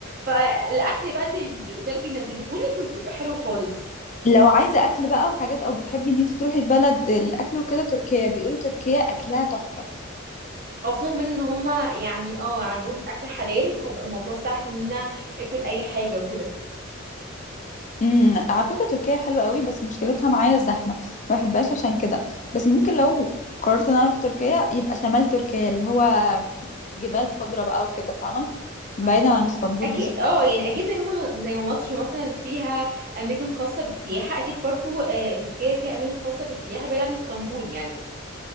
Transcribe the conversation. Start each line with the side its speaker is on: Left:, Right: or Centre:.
Right: فالاكل بقى اللي الاوتيل بينزله لك مش بيبقى حلو خالص
Left: لو عايزه اكل بقى وحاجات او بتحبي ان انت تروحي البلد الاكل وكده تركيا بيقولوا تركيا اكلها تحفه
Right: او خصوصا كمان ان هما يعني اه عندهم الاكل حلال فهيبقى الموضوع سهل ان انا اكل اي حاجه وكده
Left: امم على فكره تركيا حلوه قوي بس مشكلتها معايا الزحمه ما بحبهاش عشان كده بس ممكن لو قررت ان انا اروح تركيا يبقى شمال تركيا اللي هو جبال خضراء بقى وكده فاهمه بعيدا
Right: اه بالظبط
Left: عن اسطنبول
Right: اكيد
Left: والزحمه
Right: اه يعني اكيد زي مثلا زي ما مصر مثلا فيها اماكن خاصه بالسياحه اكيد برضو آه تركيا فيها اماكن خاصه بالسياحه بعيد عن اسطنبول يعني